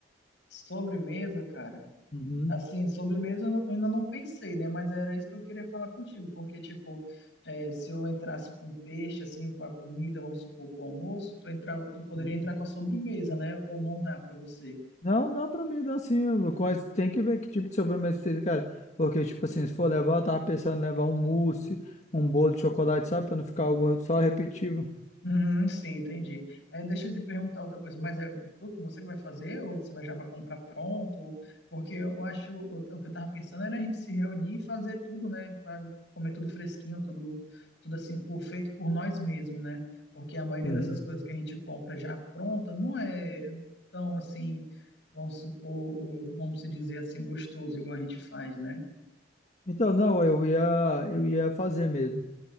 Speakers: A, on the left (about 80°); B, on the left (about 40°).
A: Sobremesa, cara.
B: Uhum,
A: Assim, sobremesa eu não- eu ainda não pensei, né? Mas era isso que eu queria falar contigo, porque, tipo, é, se eu entrasse com peixe, assim, com a comida, vamos supor, com o almoço, tu entrava, tu poderia
B: uhum.
A: entrar com a sobremesa, né? Ou não dá pra você?
B: Não, dá pra mim, dá sim. Mas tem que ver que tipo de sobremesa você tem, cara. Porque, tipo assim, se for levar, eu tava pensando em levar um mousse, um bolo de chocolate, sabe? Pra não ficar algo só repetível.
A: Uhum, sim, entendi. É, deixa eu te perguntar outra coisa, mas é tu, que- você que vai fazer ou você vai já vai comprar pronto? Porque eu acho, o o que eu tava pensando era a gente se reunir e fazer tudo, né? Pra comer tudo fresquinho, tudo, tudo assim, por, feito por nós mesmos, né? Porque a maioria
B: Uhum.
A: dessas coisas que a gente compra já pronta não é tão assim, vamos supor, vamos se dizer assim, gostoso, igual a gente faz, né?
B: Então, não, eu ia, eu ia fazer mesmo.